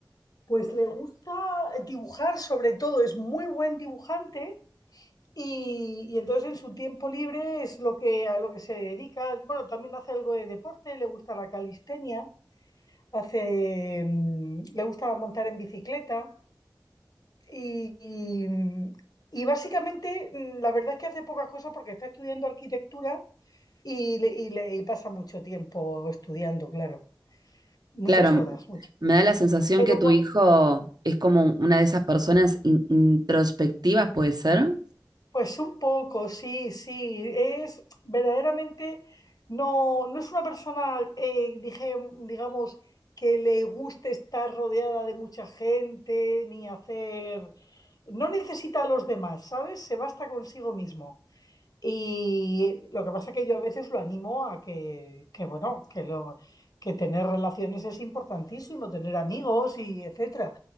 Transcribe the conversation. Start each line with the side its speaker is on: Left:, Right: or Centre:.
Left: Pues le gusta dibujar, sobre todo, es muy buen dibujante y, y entonces en su tiempo libre es lo que, a lo que se dedica. Bueno, también hace algo de deporte, le gusta la calistenia Hace, mm, le gusta montar en bicicleta y, y, mm, y básicamente mm, la verdad es que hace pocas cosas porque está estudiando arquitectura y, le- y le- y pasa mucho tiempo estudiando, claro, muchas
Right: Claro,
Left: horas, muchas
Right: me
Left: horas.
Right: da la sensación
Left: Pero,
Right: que tu
Left: cua-
Right: hijo es como una de esas personas in- introspectivas, ¿puede ser?
Left: Pues un poco, sí, sí. Es verdaderamente, no, no es una persona, eh, dije, digamos, que le guste estar rodeada de mucha gente, ni hacer... No necesita a los demás, ¿sabes? Se basta consigo mismo. Y lo que pasa es que yo a veces lo animo a que, que, bueno, que lo, que tener relaciones es importantísimo, tener amigos y etcétera.